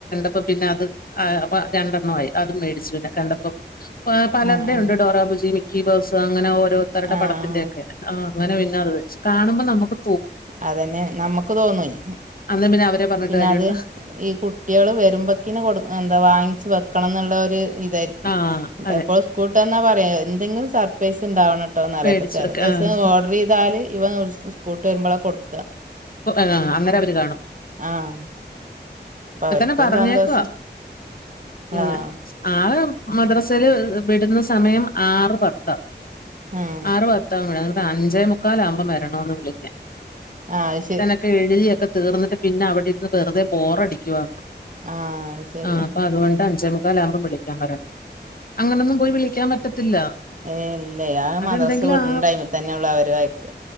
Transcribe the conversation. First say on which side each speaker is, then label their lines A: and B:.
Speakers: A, on the left; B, on the right.
A: പ്പ പിന്നെ അത് ആ പ രണ്ടെണ്ണവായി. അതും മേടിച്ച്. പിന്നെ കണ്ടപ്പം ആ പലര്ടെ
B: ആഹ്
A: ഉണ്ട്. ഡോറബുജി, മിക്കി ബൗസ്, അങ്ങനെ ഒ രോത്തര്ടെ
B: ആഹ് ആഹ്
A: പടത്തിന്റെയൊക്കെ, ആഹ് അങ്ങനെ പിന്നെ അത് വെച്ച്, കാണുമ്പോ നമുക്കു
B: അതന്നെണ്, നമ്മക്ക് തോന്നെയ്
A: അന്ന് പിന്നെ അവരെ പറഞ്ഞിട്ട്
B: പിന്നെ,
A: കാര്യമുണ്ടോ
B: അത് ഈ കുട്ട്യേള് വരുമ്പക്കിന് കൊടു എന്താ വാങ്ങി വെക്കണംന്ന്ള്ളൊര് ഇതായിര്ക്കും.
A: ആഹ് അതെ
B: എപ്പളും സ്കൂൾട്ടെ <unintelligible> പറയാ എന്തങ്കിലും സർപ്രൈസ് ഉണ്ടാവണംട്ടാ കേട്ടോന്നറിയപ്പ
A: മേടിച്ചു
B: ചെല
A: ഒക്കെ
B: ദിവസം
A: ആഹ്
B: ഓഡറെയ്താല് ഇവൻ സ്കൂട്ട് വരുമ്പള കൊടുക്ക.
A: <unintelligible> ആ അന്നേരം അവര് കാണും
B: ആഹ് അപ്പൊ
A: ഇപ്പൊ
B: അവർക്കൊരു
A: തന്നെ പറഞ്ഞേക്കുവ
B: സന്തോഷം
A: ഉം
B: ആഹ്
A: ആ മദ്റസേല് <unintelligible> വിട്ന്ന സമയം ആറ് പത്ത്.
B: ആഹ്
A: ആറ് പത്താവും വിടാന്. ആഹ്, അഞ്ചേ മുക്കാലാവുമ്പം വരണോന്ന് വിളിയ്ക്കാൻ.
B: ആ അയ്ശരി
A: ഒക്കെ എഴതി ഒക്കെതീർന്നിട്ട് പിന്നെ അവിടെര്ന്ന് വെറുതെ ബോറടിക്കുവാ
B: ആഹ് അത് ശരി
A: ആ അപ്പൊ അതുകൊണ്ട് അഞ്ചേ മുക്കാലാകുമ്പോ വിളിക്കാൻ വരണം അങ്ങനൊന്നും പോയി വിളിക്കാൻ പറ്റത്തില്ല
B: ഏ ല്ലേ ആ
A: അതെന്തെങ്കിലും
B: മദ്രാസവിടുന്ന
A: ആ
B: ടൈമി തന്നെയൊള്ളു അവര് അയക്കാ